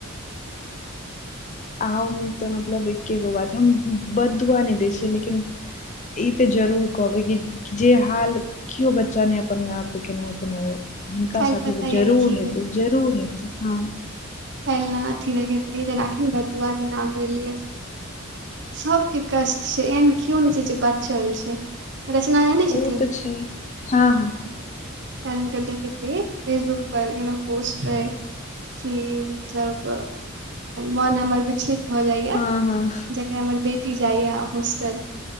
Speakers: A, on the left; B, on the right.
A: आ हम तऽ मतलब एकगो बात हम बदुआ नहि दै छियै लेकिन ई तऽ जरूर कहबै की जे हाल केओ बच्चा ने अपन माय बाप केने हेते ओ हिनका
B: काल्हि
A: साथे
B: पता
A: तऽ
B: य
A: जरूर
B: की
A: हेतै जरूर हेतै ह
B: काल्हिना अथी देखैत रियै जेना अखिर बदुआ के नाम लेलिये सभ के कष्ट छै एहन के नहि छै जे बचल छै रचना
A: ओ
B: नहि छथिन।
A: तऽ छै हँ हँ
B: हेल्प कर ख फेसबुक पर पोस्ट रहै कि सभ मन हमर विचलित भऽ जाइया
A: हँ हँ
B: जखन हमर बेटी जाइ होस्टल